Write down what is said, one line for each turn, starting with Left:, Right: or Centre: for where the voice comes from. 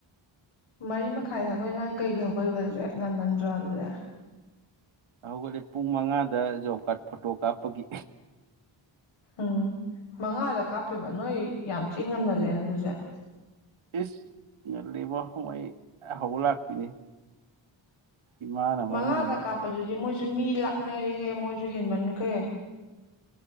Left: ꯃꯔꯤ ꯃꯈꯥꯏ ꯍꯥꯏꯕ ꯅꯪ ꯀꯩꯒꯤ ꯍꯧꯒꯠꯂꯤꯕ ꯑꯗꯨꯗꯤ ꯉꯟꯃꯟꯗ꯭ꯔꯣ ꯑꯗꯨꯗꯤ
Right: ꯍꯧꯒꯠꯂꯦ ꯄꯨꯡ ꯃꯉꯥꯗ ꯖꯣꯕ ꯀꯥꯠ ꯐꯣꯇꯣ ꯀꯥꯞꯄꯒꯤ
Left: ꯎꯝ ꯃꯉꯥꯗ ꯀꯥꯞꯄꯤꯕ ꯅꯣꯏ ꯌꯥꯝ ꯊꯤ ꯉꯟꯃꯜꯂꯦ ꯑꯗꯨ <inaudible>
Right: ꯏꯁ ꯉꯟꯂꯤꯕꯣ ꯃꯣꯏ ꯍꯧꯕ ꯂꯥꯛꯄꯤꯅꯤ ꯏꯃꯥꯅ ꯃꯔꯣꯜ
Left: ꯃꯉꯥꯗ
Right: ꯑꯃ
Left: ꯀꯥꯞꯄꯗꯨꯗꯤ ꯃꯣꯏꯁꯨ ꯃꯤ ꯂꯥꯛꯅꯔꯦꯍꯦ ꯃꯣꯏꯁꯨ ꯍꯦꯟꯃꯟꯈ꯭ꯔꯦ